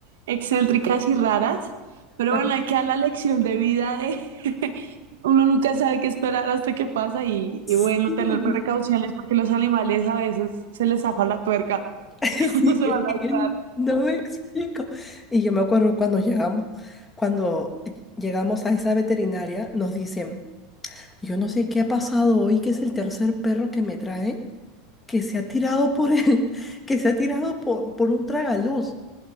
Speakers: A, on the right; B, on the left.
A: excéntricas y raras, pero
B: ah,
A: bueno, hay que dar la lección de vida de <laughs> uno nunca sabe qué esperar hasta que pasa y, y bueno,
B: sí,
A: tener precauciones porque los animales a veces se les zafa la tuerca.
B: <laughs>
A: <laughs> ¿Cómo
B: Sí,
A: se va
B: es
A: a lanzar?
B: que yo no me explico. Y yo me acuerdo cuando llegamos, cuando llegamos a esa veterinaria, nos dicen, yo no sé qué ha pasado hoy, que es el tercer perro que me traen, que se ha tirado por el, <laughs> que se ha tirado por, por un tragaluz.